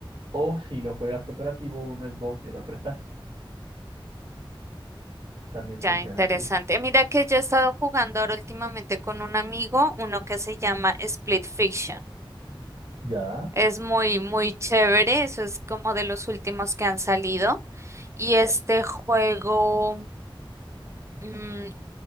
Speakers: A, on the right; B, on the right.
A: O si lo juegas cooperativo, uno es Box y el otro es Taz. También
B: ya
A: funciona
B: interesante.
A: así.
B: Mira que yo he estado jugando ahora últimamente con un amigo, uno que se llama Split Fiction.
A: Ya.
B: Es muy, muy chévere. Eso es como de los últimos que han salido. Y este juego. mm,